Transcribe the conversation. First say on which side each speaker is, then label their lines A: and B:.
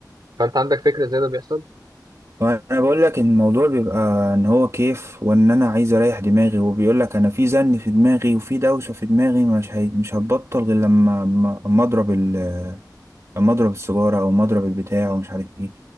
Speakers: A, on the right; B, on the right.
A: فانت عندك فكره ازاي ده بيحصل
B: انا بقول لك ان الموضوع بيبقى ان هو كيف وان انا عايز اريح دماغي وبيقول لك انا في زن في دماغي وفي دوشه في دماغي مش هي... مش هتبطل غير لما ما- اما اضرب ال... اما اضرب السيجاره او اما اضرب البتاع ومش عارف ايه